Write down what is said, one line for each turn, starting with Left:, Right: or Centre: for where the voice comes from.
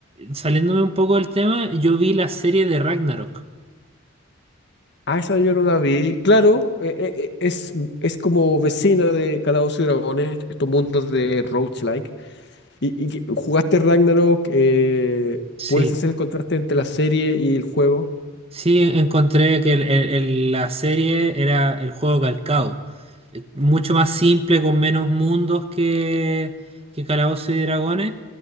Right: saliéndome un poco del tema, yo vi la serie de Ragnarok.
Left: Ah, esa yo no la vi. Claro, eh, eh, eh, es, es como vecina de Calabozos y Dragones, estos mundos de roguelike. Y, y que- jugaste Ragnarok, eh,
Right: Sí,
Left: ¿puedes hacer el contraste entre la serie y el juego?
Right: sí, encontré que el- el- el- la serie era el juego calcado. mucho más simple, con menos mundos que, que Calabozos y Dragones.